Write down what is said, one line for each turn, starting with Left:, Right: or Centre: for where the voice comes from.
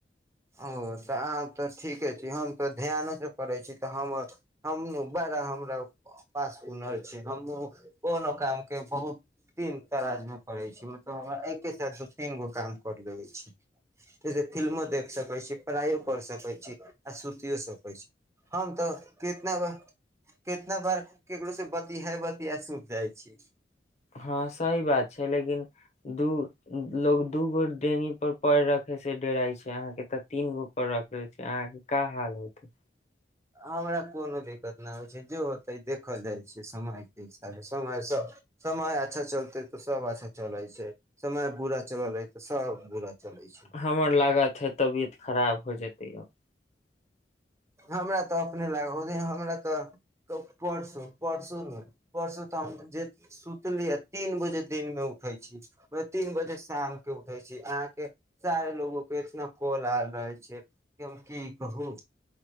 Right: ओ तऽ अह तऽ ठीके छी हम तऽ ध्यान से करै छी तऽ हम हम बड़ा हमरा पास हुनर छै हम ओनो काम के बहुत दीन तरााज मे करै छी मतलब हमरा एके साथ दू तीन गो काम कर लेबै छी जैसे फिल्मो देख सकै छी पायइो कर सकै छी आ सुति यी सकै छी हम तऽ कितना कितना बार केकरो से बती है बति ह सुख जाइ छी
Left: हँ सही बात छै लेकिन दू लोग दू गो देंगी प रख से डराइ छै अहाँ के तऽ तीन गो रख छी अहाँ क हाल होतै
Right: हमरा कोनो दिक्कत नहि होइ छै जे होतै देखल जाइ छै समयके हिसाबे समय समय अच्छा चलतै तऽ सभ अच्छा चलै छै समय बुरा चलल रहै तऽ सभ बुरा चले छै
Left: हमर लागत हे तबियत खराब हो जेतै अब
Right: हमरा तऽ अपने लाग ओहि दिन हमरा तऽ परसू परसूमे परसू तऽ हम जे सुतली आ तीन बजे दिनमे उठै छी तीन बजे शाम के उठै छी अहाँके सारे लोगो के इतना कॉल आयल रहै छै कि हम की कहू